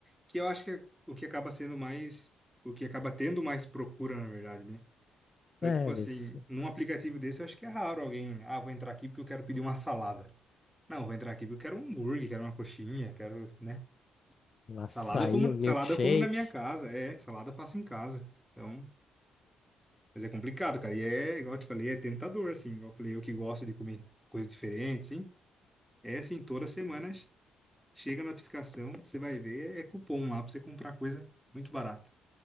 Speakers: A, in the centre; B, on the left.
A: Que eu acho que é o que acaba sendo mais... O que acaba tendo mais procura, na verdade, né? Então,
B: né?
A: tipo
B: Eles,
A: assim, num aplicativo desse, eu acho que é raro alguém, ah, vou entrar aqui porque eu quero pedir uma salada. Não, vou entrar aqui porque eu quero um hambúrguer, quero uma coxinha, quero, né?
B: um açaí,
A: Salada eu como,
B: um
A: salada
B: milkshake.
A: eu como na minha casa, é, salada eu faço em casa. Então, mas é complicado, cara. E é, igual eu te falei, é tentador, assim, igual eu falei, eu que gosto de comer coisas diferentes, sim. É assim, todas as semanas chega a notificação, você vai ver, é cupom lá pra você comprar coisa muito barata.